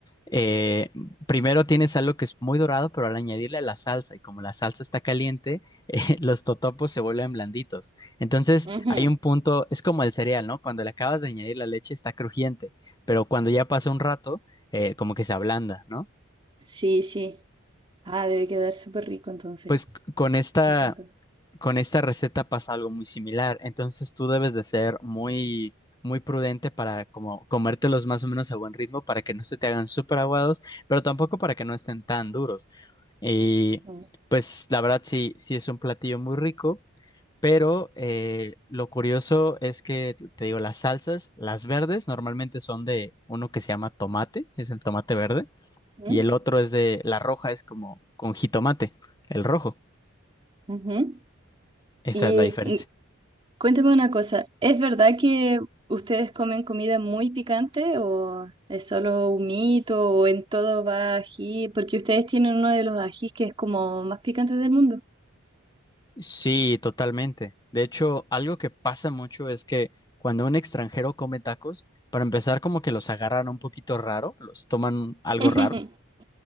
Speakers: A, on the left; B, on the right.
A: eh, primero tienes algo que es muy dorado, pero al añadirle la salsa, y como la salsa está caliente, <laughs> eh, los totopos se vuelven blanditos. Entonces
B: Ujú.
A: hay un punto, es como el cereal, ¿no? Cuando le acabas de añadir la leche está crujiente, pero cuando ya pasa un rato, eh, como que se ablanda, ¿no?
B: Sí, sí. Ah, debe quedar súper rico entonces.
A: Pues c- con esta,
B: Me encantó.
A: con esta receta pasa algo muy similar. Entonces tú debes de ser muy, muy prudente para como comértelos más o menos a buen ritmo para que no se te hagan súper aguados, pero tampoco para que no estén tan duros. Y
B: Ujú.
A: pues la verdad sí, sí es un platillo muy rico, pero eh, lo curioso es que, t- te digo, las salsas, las verdes, normalmente son de uno que se llama tomate, es el tomate verde,
B: Ujú.
A: y el otro es de, la roja es como con jitomate, el rojo.
B: Ujú.
A: Esa
B: ¿Y
A: es la diferencia.
B: Cuéntame una cosa, ¿es verdad que ustedes comen comida muy picante o es solo un mito o en todo va ají? Porque ustedes tienen uno de los ajís que es como más picante del mundo.
A: Sí, totalmente. De hecho, algo que pasa mucho es que cuando un extranjero come tacos, para empezar como que los agarran un poquito raro, los toman algo
B: <laughs>
A: raro